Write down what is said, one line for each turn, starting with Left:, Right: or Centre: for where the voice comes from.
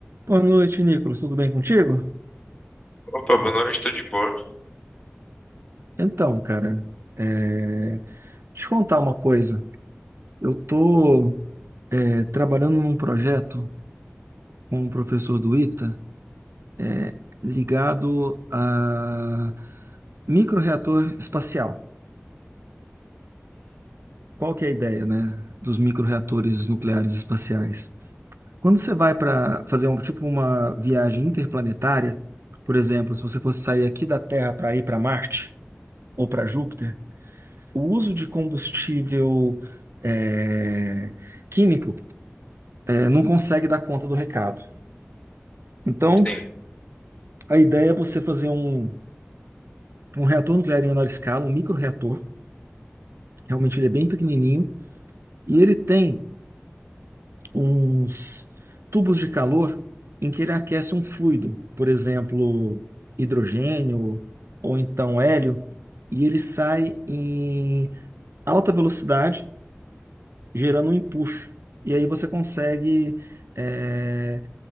Right: Boa noite, Nicolas. Tudo bem contigo?
Left: Opa, boa noite, estou de boa.
Right: Então, cara, é... te contar uma coisa. Eu tô é, trabalhando num projeto com um professor do ITA é, ligado a microreator espacial. Qual que é a ideia, né, dos microreatores nucleares espaciais? Quando você vai para fazer um tipo uma viagem interplanetária, por exemplo, se você fosse sair aqui da Terra para ir para Marte ou para Júpiter o uso de combustível é, químico é, não consegue dar conta do recado. Então,
Left: Sim.
Right: a ideia é você fazer um, um reator nuclear em menor escala, um microreator. Realmente ele é bem pequenininho e ele tem uns tubos de calor em que ele aquece um fluido, por exemplo, hidrogênio ou então hélio, e ele sai em alta velocidade, gerando um empuxo. E aí você consegue eh,